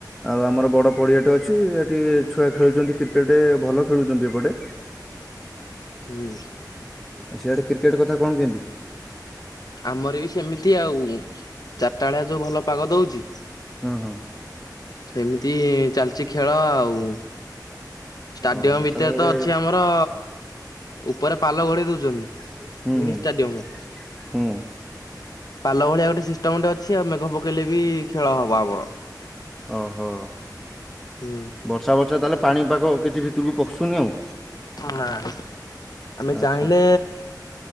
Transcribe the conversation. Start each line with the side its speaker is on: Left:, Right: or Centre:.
Centre: ଆଉ ଆମର ବଡ଼ ପଡ଼ିଆଟେ ଅଛି ଏଠି ଛୁଆ ଖେଳୁଛନ୍ତି କ୍ରିକେଟ୍ ଭଲ ଖେଳୁଛନ୍ତି ଏପଟେ।
Left: ହୁଁ।
Centre: ଆଉ ସେଆଡେ କ୍ରିକେଟ କଥା କଣ କେମତି?
Left: ଆମର ବି ସେମିତି ଆଉ ଚାରିଟାଳିଆ ଯୋଉଁ ଭଲ ପାଗ ଦଉଛି।
Centre: ହଁ ହଁ।
Left: ସେମିତି ଚାଲିଛି ଖେଳ ଆଉ ଷ୍ଟାଡିୟମ
Centre: ଓହୋ
Left: ଭିତରେ
Centre: ତାହେଲେ ସେଆଡେ
Left: ତ ଅଛି ଆମର ଉପରେ ପାଲ ଘୋଡେଇ ଦଉଛନ୍ତି।
Centre: ହୁଁ
Left: ମିନି ଷ୍ଟାଡିୟମ
Centre: ହୁଁ।
Left: ପାଲ ଭଳିଆ ଗୋଟେ ସିଷ୍ଟମ ଗୋଟେ ଅଛି! ଆଉ ମେଘ ପକେଇଲେ ବି ଖେଳ ହବ ଆମର।
Centre: ଓହୋ
Left: ହୁଁ।
Centre: ବର୍ଷା ବର୍ଷା ତାହେଲେ ପାଣିପାଗ କିଛି ଭିତରକୁ ପସୁନି ଆଉ।
Left: ନାଁ <unintelligible> ଆମେ
Centre: ଆଚ୍ଛା
Left: ଚାହିଁଲେ